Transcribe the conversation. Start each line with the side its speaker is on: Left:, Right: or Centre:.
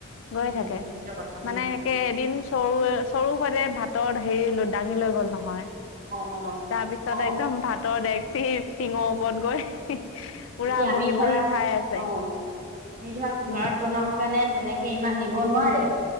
Left: গৈ
Right: উম
Left: থাকে
Right: সত্য কথা
Left: মানে
Right: উম
Left: সে এদিন চৰু চৰু সতে ভাতৰ হেৰি। সে ডাঙি লৈ গল না। হয়।
Right: অ অ
Left: তাৰপিছত
Right: অ
Left: একদম ভাতৰ ডে। চি টিঙ ওপৰত গৈ। পুৰা
Right: এতিয়া আমি
Left: বহি
Right: ধৰা
Left: বহি খাই আছে
Right: অ আমি ধৰা কুকাৰত
Left: উম
Right: বনাওঁ কাৰণে। তেনেকে ইমান নিব নোৱাৰে।